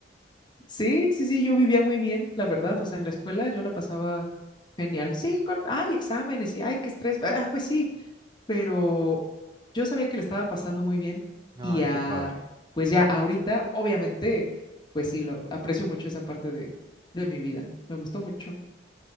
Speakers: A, on the left; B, on the right.
A: Sí, sí, sí, yo vivía muy bien, la verdad, o sea, en la escuela yo la pasaba genial. Sí, con, ay, exámenes y ay, qué estrés, ah, pues sí, pero yo sabía que le estaba pasando muy bien
B: Ay,
A: y a,
B: qué padre.
A: pues ya ahorita, obviamente, pues sí, lo aprecio mucho esa parte de, de mi vida. Me gustó mucho.